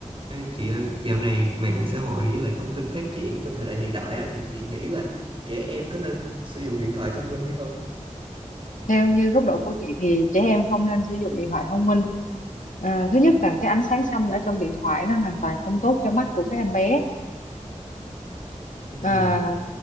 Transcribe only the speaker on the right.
Ê, chị ơi, dạo này mạng xã hội với lại thông tin phát triển trong thời đại hiện đại á, thì chị nghĩ là trẻ em có nên sử dụng điện thoại thông minh hay không?
Ừ.